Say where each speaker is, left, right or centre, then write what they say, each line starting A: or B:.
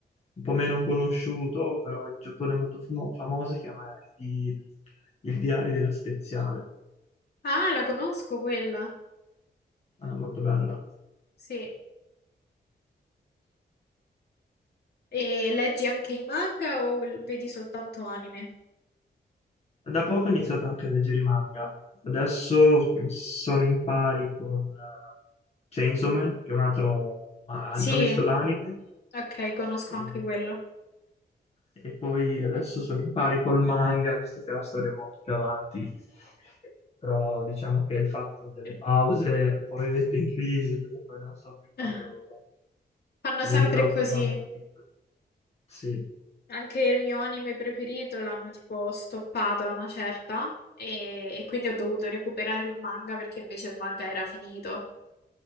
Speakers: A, on the left; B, on the left.
A: un po' meno conosciuto, però in Giappone è molto famo- famoso, si chiama il, il diario della Speziale.
B: Ah, la conosco quella.
A: È molto bella.
B: Sì. E leggi anche i manga o l- vedi soltanto anime?
A: Da poco ho iniziato anche a leggere i manga.
B: Mm.
A: Adesso sono in pari con eh, Chainsaw Man, che è un altro... ma-
B: Sì,
A: ho visto l'anime,
B: ok, conosco
A: e
B: anche quello.
A: E poi adesso sono in pari col manga, visto che la storia è molto più avanti. Però diciamo che il fatto delle
B: <laughs>
A: pause un po' mi mette in crisi perché poi non so più quando
B: Ah, Fanno
A: se
B: sempre
A: mi ritrovo
B: così.
A: con vari capitoli. Sì,
B: Anche il mio anime preferito l'hanno tipo stoppato a una certa e, e quindi ho dovuto recuperare il manga perché invece il manga era finito.